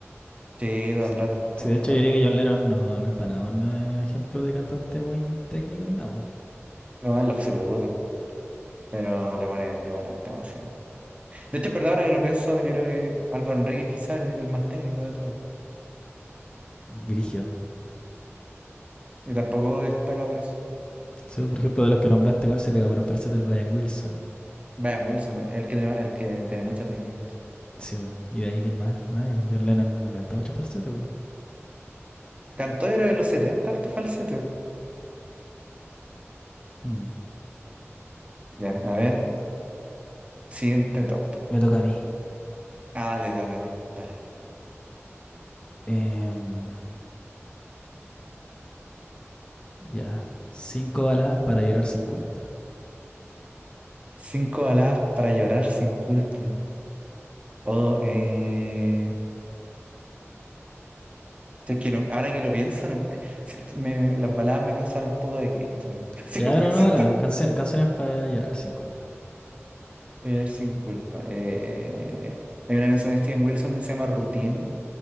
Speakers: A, on the right; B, on the left.
A: Sí, todo
B: Sí,
A: el rato,
B: sí,
A: todo
B: de
A: el
B: hecho
A: rato.
B: yo diría que John Lennon no, no es para nada un eh, ejemplo de cantante muy técnico ni nada, po.
A: No, en lo absoluto. Pero le pone, le pone harta emoción. De hecho, en verdad, ahora que lo pienso, yo creo que Álvaro Enríquez quizás el, el más técnico de todos.
B: Brígido.
A: Y tampoco destaca por eso.
B: Sí, por ejemplo, de los que nombraste, ¿cuál se pega? Bueno, falsete el Brian Wilson.
A: Brian Wilson, es el que tiene, el que tiene mucha técnica. che.
B: Sí, po. ¿Y de ahí quién más? Nadie, po. John Lennon no canta mucho falsete, po.
A: Cantó yo creo que en los setenta harto falsete.
B: Hmm.
A: Ya, a ver, siguiente top.
B: Me- toca a mí.
A: Ah, dale, tócate. Dale.
B: Em, ya. Cinco baladas para llorar sin culpa.
A: Cinco baladas para llorar sin culpa. O, eh... Es que no- ahora que lo pienso, nunca, siento- me- las baladas me causaron un poco de cringe. man. <laughs> Así
B: Ya,
A: como
B: pero
A: que siento
B: no baladas.
A: que-
B: Canciones, canciones para llorar sin culpa.
A: Llorar sin culpa. Eh... Hay una canción de Steven Wilson que se llama Routine,